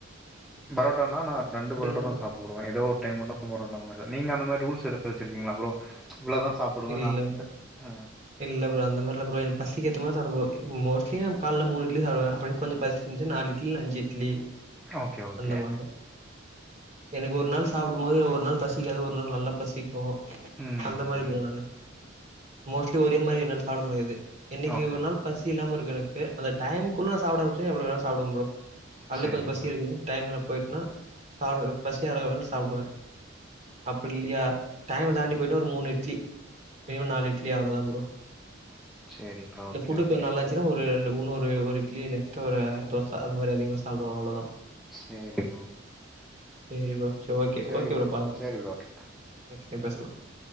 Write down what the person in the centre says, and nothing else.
பரோ ட்டாணா நா ரெண்டு
புரோட்டா
தா சாப்டுவ ப்ரோ ஏதோ ஒரு டைம் மட்டு பரோட்டாங்க மாரி தா நீங்க அந்தமாரி ரூல்ஸ் எதா வச்சிருக்கீங்களா ப்ரோ இவ்ளதான் சாப்டுவேன்
நான். அ
ஓகே ஓகே
ம்.
ஓகே
ப்ரோ.
சரி
ப்ரோ.
சரி ப்ரோ.
ஓகே
ஓகே.
சேரி ப்ரோ
சரி
சரி ப்ரோ. ஓகே.